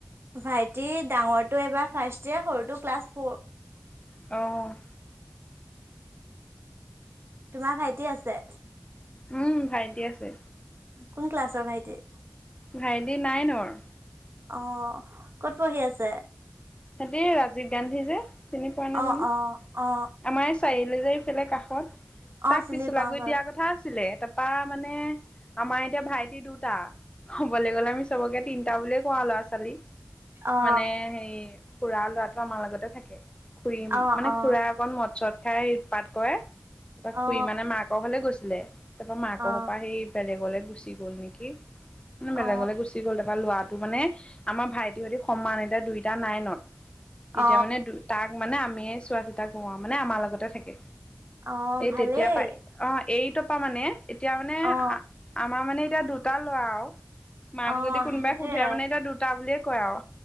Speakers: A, on the right (about 50°); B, on the left (about 20°).
A: ভাইটি ডাঙৰটো এবাৰ ফাষ্ট ইয়েৰ, সৰুটো ক্লাছ ফ'ৰ।
B: অ'।
A: তোমাৰ ভাইটি আছে?
B: উম, ভাইটি আছে।
A: কোন ক্লাছৰ ভাইটি?
B: ভাইটি নাইনৰ।
A: অ', ক'ত পঢ়ি আছে?
B: সিহঁতে ৰাজীৱ গান্ধী যে, চিনি পোৱা নাই
A: অ
B: জানো।
A: অ অ
B: আমাৰ এই চাৰিআলি যে আছিলে কাষত,
A: অ
B: তাক
A: চিনি
B: পিছলাগুৰিত
A: পাও বাৰু
B: দিয়া কথা আছিলে। তা পা মানে, আমাৰ এতিয়া ভাইটি দুটা। ক'বলৈ গ'লে, আমি চবকে তিনিটা বুলিয়ে কও আৰু, ল'ৰা - ছোৱালী।
A: অ
B: মানে হেৰি, খুৰাৰ ল'ৰাটো আমাৰ লগতে থাকে। খুৰীম-
A: অ
B: মানে
A: অ
B: খুৰা অকণ মদ - চদ খাই উৎপাত কৰে। তা খুৰী
A: অ
B: মানে মাক লে গৈছিলে। তাৰপা মাক
A: অ
B: ঘৰপা সেই বেলেগলে গুচি গ'ল নেকি। বেলেগলে
A: অ
B: গুচি গ'ল। তাপা ল'ৰাটো মানে আমাৰ ভাইটিহতি সমান। এতিয়া দুইটা নাইনত।
A: অ
B: এতিয়া মানে দু- তাক মানে আমিয়ে চোৱা-চিতা কৰোঁ আৰু, মানে আমাৰ লগতে থাকে।
A: অ
B: এই
A: ভালেই
B: তেতিয়াৰ পৰাই- অ' এইটৰ পা মানে, এতিয়া মানে
A: অ
B: আ আমাৰ মানে এতিয়া দুটা ল'ৰা আৰু। মাক
A: অ
B: যদি কোনোবাই
A: সেইটোৱে
B: সোধে
A: আৰু
B: মানে এতিয়া দু টা বুলিয়ে কয় আও।